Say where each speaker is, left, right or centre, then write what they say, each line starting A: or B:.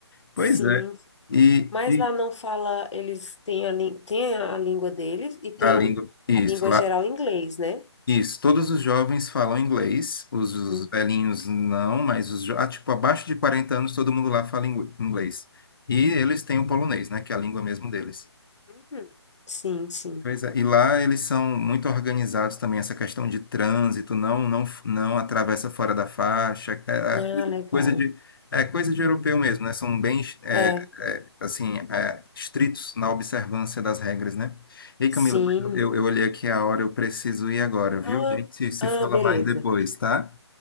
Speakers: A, on the left; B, on the left.
A: Pois
B: Sim.
A: é. E,
B: Mas
A: e
B: lá não fala, eles têm a, lí- têm a língua deles e tem
A: a língua, isso,
B: a língua
A: lá,
B: geral em inglês, né?
A: isso. Todos os jovens falam inglês, os, os
B: Uhum.
A: velhinhos não, mas os, jo- ah, tipo, abaixo de 40 anos, todo mundo lá fala ingl- inglês. E eles têm o polonês, né, que é a língua mesmo deles.
B: Uhum. Sim, sim.
A: Pois é, e lá eles são muito organizados também, essa questão de trânsito, não não não atravessa fora da faixa, é
B: Ah,
A: é
B: legal.
A: coisa de é coisa de europeu mesmo, né? São bem é,
B: É,
A: é, assim é, estritos na observância das regras, né? Ei,
B: sim.
A: Camila, pois eu, eu eu olhei aqui a hora, eu preciso ir agora, viu?
B: Ah,
A: A gente se se
B: ah,
A: fala
B: beleza.
A: mais depois, tá?